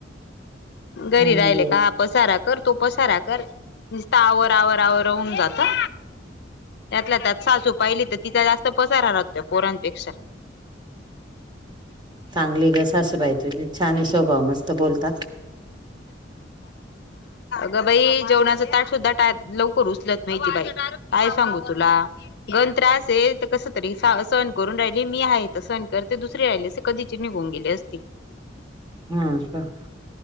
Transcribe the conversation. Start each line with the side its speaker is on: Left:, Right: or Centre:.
Left: घरी
Right: नाही ना
Left: राहिले
Right: मिळत
Left: का पसारा कर, तो पसारा कर, नुसता आवर आवर आवर होउन जातं. त्यातला त्यात सासू पाहिली तं तिचा जास्त पसरा राहतो पोरांपेक्षा.
Right: चांगली गं सासूबाय तुझी. छान ये स्वभाव, मस्त बोलता.
Left: गं बई जेवणाचं ताट सुद्धा टा लवकर उचलत नाही ती बाई, काय सांगू तुला. गण त्रास ये, कसं तरी सहन करून राहिली. मी आहे तर सहन करते. दुसरी राहिले कधीची निघून गेली असती,
Right: हं का